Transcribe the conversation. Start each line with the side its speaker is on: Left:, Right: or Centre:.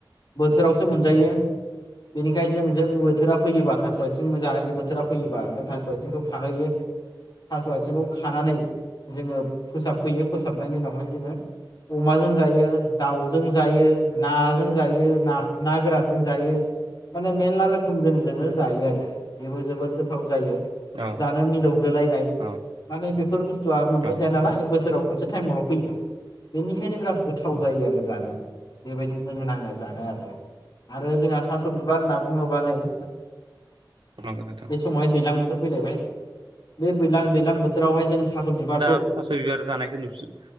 Left: बोथोरावसो मोनजायो बेनिखायनो जों जे बो थोरा फैयोबा थास' आइथिं जानायनि बोथोरा फैयोबा जों थास' आथिंखौ खाहैयो थास' आथिंखौ खानानै जोङो फोसाबफैयो फोसाबनायनि उनावहाय जोङो अमाजों जायो दाउजों जायो नाजों जायो ना- ना गोरानजों जायो माने मेरला रोखो मजों जोङो जायो आरो। बेबो जोबोद गोथाव जायो।
Right: न
Left: जानो मिलौदोलायनाय
Right: न
Left: माने बेफोर बुस्थुआ मोनबाय
Right: न
Left: थाया नालाय बोसोराव मोनसे टाइमावल' फैयो बेनिखायनो बिराद गोथाव जायो आरो जानो बेबायदि मोजां नाङो जानो आरो आरो जोंहा थ' बिबार होनना बुङोब बा नै ओ
Right: नंगौ नोंथां
Left: बे समाव दैलां बोथोर फैलायबाय बे बैलां दैलां बोथोरावहाय जों थास बिबारखौ
Right: दा फास' बिबार जानायखौ नुफिन